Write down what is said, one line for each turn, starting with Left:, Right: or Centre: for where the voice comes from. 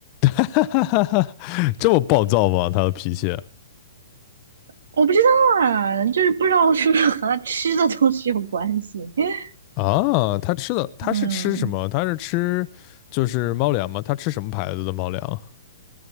Left: <laughs> 这么暴躁吗？它的脾气？
Right: 我不知道啊，就是不知道是不是和它吃的东西有关系。<laughs>
Left: 啊，它吃的它是吃什么？
Right: 嗯，
Left: 它是吃就是猫粮吗？它吃什么牌子的猫粮？